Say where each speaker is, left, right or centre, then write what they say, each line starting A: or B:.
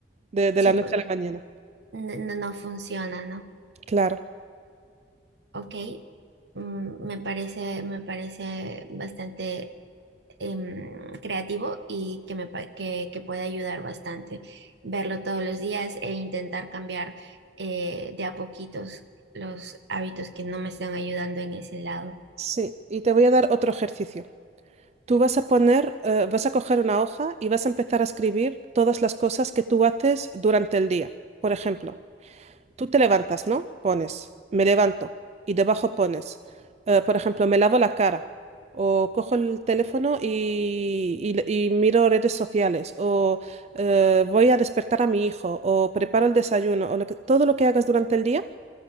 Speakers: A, on the right; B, on the right.
A: de, de
B: Sí,
A: la noche
B: porque
A: a la mañana.
B: no, no- no funciona, ¿no?
A: Claro.
B: Ok, mm, me parece, me parece bastante em, creativo y que me pa- que, que puede ayudar bastante verlo todos los días e intentar cambiar eh, de a poquitos los hábitos que no me están ayudando en ese lado.
A: Sí, y te voy a dar otro ejercicio. Tú vas a poner, eh, vas a coger una hoja y vas a empezar a escribir todas las cosas que tú haces durante el día. Por ejemplo, Tú te levantas, ¿no? Pones, me levanto y debajo pones, eh, por ejemplo, me lavo la cara o cojo el teléfono y, y- y miro redes sociales o eh, voy a despertar a mi hijo o preparo el desayuno o lo que- todo lo que hagas durante el día